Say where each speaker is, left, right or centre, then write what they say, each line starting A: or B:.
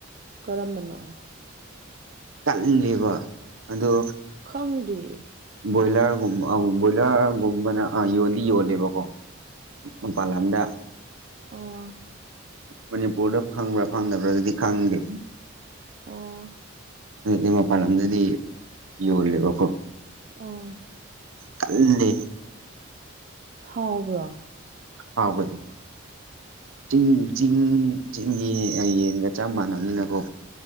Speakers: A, on the right (about 45°); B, on the right (about 75°).
A: ꯀꯔꯝꯕꯅꯣ
B: ꯀꯜꯂꯦꯕ ꯑꯗꯣ
A: ꯈꯪꯗꯤꯌꯦ
B: ꯕꯣꯏꯂꯔꯒꯨꯝꯕ ꯑ ꯕꯣꯏꯂꯔꯒꯨꯝꯕꯅ ꯑ ꯌꯣꯟꯗꯤ ꯌꯣꯜꯂꯦꯕꯀꯣ ꯃꯄꯥꯟ ꯂꯝꯗ
A: ꯑꯥ
B: ꯃꯅꯤꯄꯨꯔꯗ ꯐꯪꯕ꯭ꯔꯥ ꯐꯪꯗꯕ꯭ꯔꯥ ꯑꯗꯨꯗꯤ ꯈꯪꯗꯦ
A: ꯑꯣ
B: ꯑꯗꯨꯗꯤ ꯃꯄꯥꯟ ꯂꯝꯗꯗꯤ ꯌꯣꯜꯂꯦꯕꯀꯣ
A: ꯑꯥ
B: ꯀꯜꯂꯦ
A: ꯍꯥꯎꯕ꯭ꯔꯥ
B: ꯍꯥꯎꯕꯅꯦ ꯆꯤꯡ ꯆꯤꯡ ꯆꯤꯡꯒꯤ ꯌꯦꯟꯒ ꯆꯞ ꯃꯥꯟꯅꯕꯅꯤꯅꯀꯣ